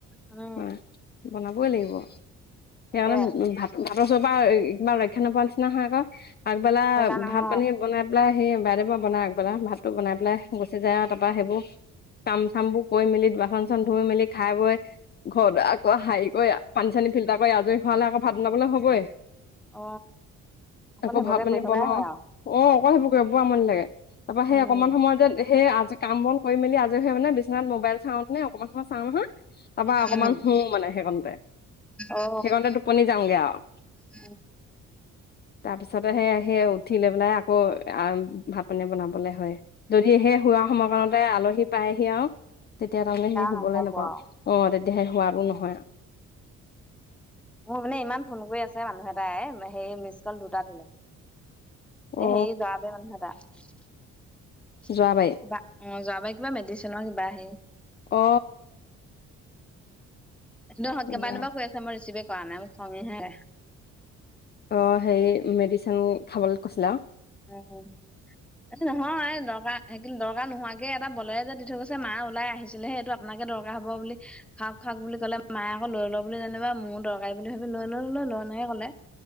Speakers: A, in the centre; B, on the left (about 35°).
A: উম
B: মা বনাবই লাগিব সেইকাৰণে
A: তাকে
B: ভাত। ভাতৰ ওচৰৰ পৰা একেবাৰ ৰক্ষা নোপোৱা নিচিনা হয় আক আগবেলা
A: সেইকাৰণে
B: ভাত
A: অ
B: পানী- বনাই পেলাই সি বাইদেৱৰ পৰা বনাই আগবেলা ভাততো বনাই পেলাই গুচি যায় আৰু তাৰ পৰা সেইবোৰ- কাম চামবোৰ কৰি মেলি বাচন চাচন ধুই মেলি খাই বৈ- ঘৰ দুৱাৰ আকৌ হাঁৰি কৰি পানী চানী ফিল্টাৰ কৰি আজৰি হোৱালে আকৌ ভাত বনাবলৈ হ'বই।
A: অ অকল
B: আকৌ
A: সেইবোৰকে
B: ভাত পানী
A: কৰি থকাই
B: বনাওঁ
A: হয়
B: অ
A: আৰু
B: অক সেইবোৰকবোৱা আমনি লাগে তাৰ পা
A: উম
B: সেই অকমান সময় যে সেই আজ কাম বন কৰি মেলি আজৰি হৈ মানে বিচনাত মোবাইল চাও নে অকমান সময় চাওঁ নহয় তাৰপা অকণমান
A: উম
B: শুও মানে সেইকণতে
A: অ
B: সেইকণতে টোপনি যাওঁগে আউ
A: উম
B: তাৰ পিছতে সে সেই উঠি লৈ পেলাই আকৌ আ ভাত পানী বনাম বলে হয় যদিহে শোৱা সময় কণতে আলহী পায়হি আউ তেতিয়া তাৰমানে সেই শুবলৈ
A: নহব
B: নাপাওঁ
A: আৰু
B: অ তেতিয়া সে হোৱাৰো নহয় আউ
A: মোৰ মানে ইমান ফোন কৰি আছে মানুহ এটাই সেই মিচ কল দুটা দিলে এ
B: অ
A: হেই যোৱাবে মানুহ এটা কিবা
B: যোৱাবাৰী
A: অ যোৱাবাই কিবা মেডিচিনৰ কিবা হেই
B: অ
A: সেইটো হত কেইবাদিনো
B: যোৱা
A: পা কৈ আছে মই ৰিচিভে কৰা নাই মোক খংঙীহে
B: অ হেই মেডিচিন খাবলে কৈছিলে আউ
A: অ অ এইটো নহয় দৰকা সেই কিন দৰকাৰ নোহোৱাকে এটা বলেৰে যে দি থৈ গৈছে মা ওলাই আহিছিলেহে সেইটো আপোনাকে দৰকাৰ হ'ব বুলি খাওক খাওক বুলি ক'লে মায়ে আকৌ লৈ ল বুলি যেনিবা মোৰো দৰকাৰী বুলি ভাবি লৈ ল লৈ ল এনেকে ক'লে